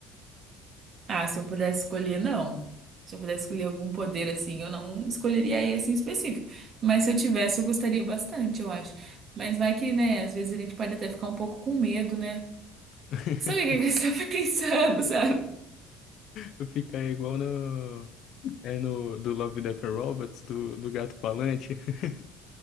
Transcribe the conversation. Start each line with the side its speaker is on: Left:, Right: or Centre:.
Right: Ah, se eu pudesse escolher, não. Se eu pudesse escolher algum poder assim, eu não escolheria esse em específico. Mas se eu tivesse, eu gostaria bastante, eu acho. Mas vai que, né, às vezes a gente pode até ficar um pouco com medo, né?
Left: <laughs>
Right: Sabe o que que você tá <laughs> pensando, sabe?
Left: Tu fica aí igual no. É no do Love, Death and Robots, do, do gato falante. <laughs>